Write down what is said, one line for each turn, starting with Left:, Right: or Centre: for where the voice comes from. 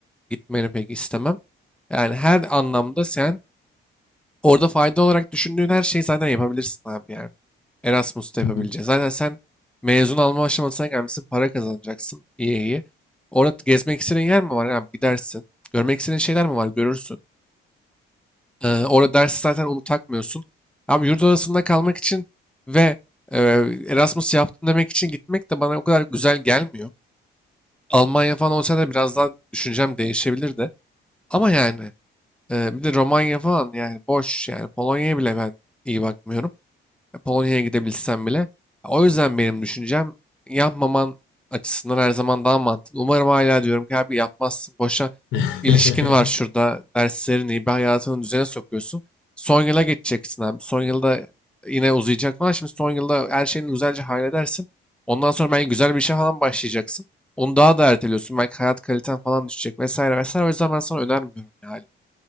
Centre: gitmeni pek istemem. Yani her anlamda sen orada fayda olarak düşündüğün her şeyi zaten yapabilirsin abi yani. Erasmus'ta yapabileceğiz.
Left: Hı hı.
Centre: Zaten sen mezun alma aşamasına gelmişsin, para kazanacaksın. İyi iyi. Orada gezmek istediğin yer mi var? Abi gidersin. Görmek istediğin şeyler mi var? Görürsün. Ee, orada ders zaten onu takmıyorsun. Abi yurt odasında kalmak için ve e, Erasmus yaptım demek için gitmek de bana o kadar güzel gelmiyor. Almanya falan olsa da biraz daha düşüncem değişebilirdi. Ama yani e, bir de Romanya falan yani boş yani Polonya'ya bile ben iyi bakmıyorum e, Polonya'ya gidebilsem bile. O yüzden benim düşüncem yapmaman açısından her zaman daha mantıklı. Umarım hala diyorum ki abi yapmazsın. Boşa
Left: <laughs>
Centre: ilişkin var şurada. Derslerin iyi bir hayatını düzene sokuyorsun. Son yıla geçeceksin abi. Son yılda yine uzayacak falan. Şimdi son yılda her şeyini güzelce halledersin. Ondan sonra belki güzel bir işe falan başlayacaksın. Onu daha da erteliyorsun. Belki hayat kaliten falan düşecek vesaire vesaire. O yüzden ben sana önermiyorum yani.